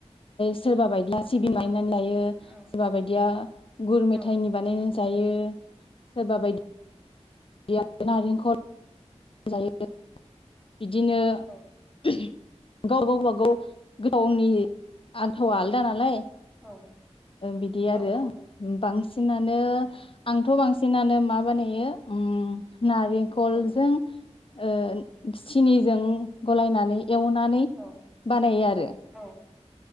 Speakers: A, on the left; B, in the centre.
A: सोरबा बायदिया सिबिंनायनो बानायो
B: औ
A: सोरबा बादिया गुरै मेथाइनि
B: औ
A: बानायो जायो सोरबा बायदि बादिया नारेंखल जायो। बिदिनो
B: औ
A: ओ गाव गावबागाव गावनि आथावा आलदा नालाय
B: औ
A: बिदि आरो
B: औ औ
A: बांसिनानो
B: नंगौ
A: आंथ' बांसिन सिनानो मा बानायो उ नारेंखलजों
B: औ
A: ओ सिनिजों गलायनानै एवनानै
B: औ
A: बानायो आरो
B: औ